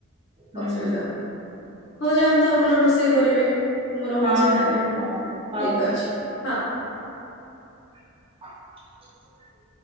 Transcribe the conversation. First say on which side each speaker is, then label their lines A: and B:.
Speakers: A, on the right; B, on the left.
A: ହୁଁମ।
B: ଅସୁବିଧା। ହଉ ଯାଆନ୍ତୁ ଆପଣ ରୋଷେଇ କରିବେ। ମୁଁ ରହୁଛି
A: ହଁ
B: ତାହେଲେ
A: ହଁ
B: ଠିକ
A: ହଉ ହଉ
B: ଅଛି ହଁ।
A: ହ